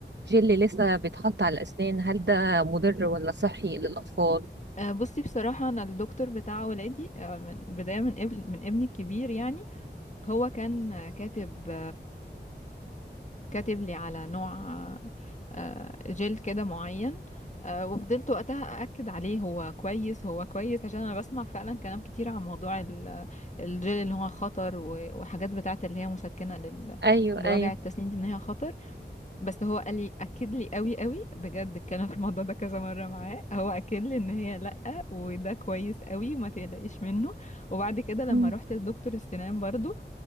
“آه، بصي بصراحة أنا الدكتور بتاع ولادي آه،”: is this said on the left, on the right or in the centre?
Left